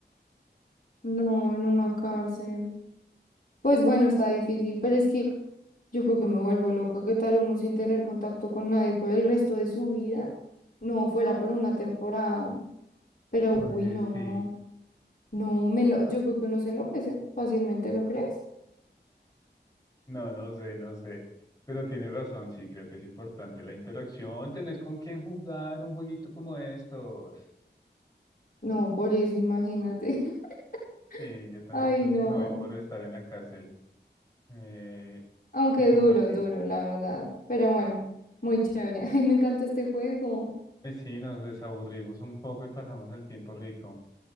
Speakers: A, on the left; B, on the left.
A: No, en una cárcel. Pues bueno, está difícil, pero es que yo creo que me vuelvo loca. ¿Qué tal uno sin tener contacto con nadie por el resto de su vida? No, fuera por una temporada. Pero
B: Oye,
A: uy, no,
B: sí.
A: no, me enlo- yo creo que uno se enloquece fácilmente, ¿no crees?
B: No, no sé, no sé. Pero tienes razón, sí, creo que es importante la interacción, tener con quién jugar un jueguito como estos.
A: No, por eso imagínate. <laughs>
B: Sí, yo también
A: Ay,
B: entonces
A: no.
B: me voy por estar en la cárcel eh,
A: Aunque
B: y compartir.
A: duro, duro, la verdad. Pero bueno, muy chévere. Ay, me encanta este juego.
B: Pues sí, nos desaburrimos un poco y pasamos el tiempo rico.